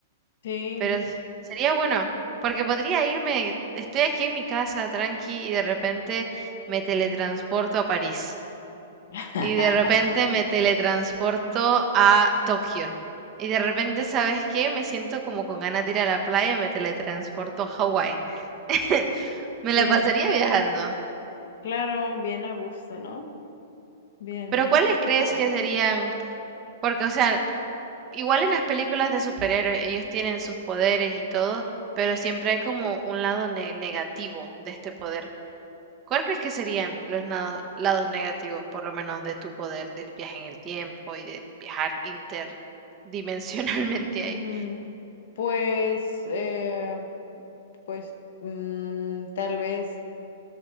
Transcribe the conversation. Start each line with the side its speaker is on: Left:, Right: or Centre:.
Left: Sí.
Right: pero es- sería bueno, porque podría irme, estoy aquí en mi casa tranqui y de repente me teletransporto a París.
Left: <laughs>
Right: y de repente me teletransporto a Tokio. Y de repente, ¿sabes qué? Me siento como con ganas de ir a la playa y me teletransporto a Hawái. <laughs> Me
Left: Sí,
Right: la pasaría viajando.
Left: claro, bien a gusto, ¿no? Bien.
Right: Pero ¿cuáles crees
Left: <laughs>
Right: que serían? Porque, o sea, igual en las películas de superhéroes ellos tienen sus poderes y todo, pero siempre hay como un lado ne- negativo de este poder. ¿Cuál crees que serían los nado- lados negativos, por lo menos, de tu poder, del viaje en el tiempo y de viajar interdimensionalmente
Left: Ujú.
Right: <laughs> ahí?
Left: Pues, eh, pues, mm, tal vez.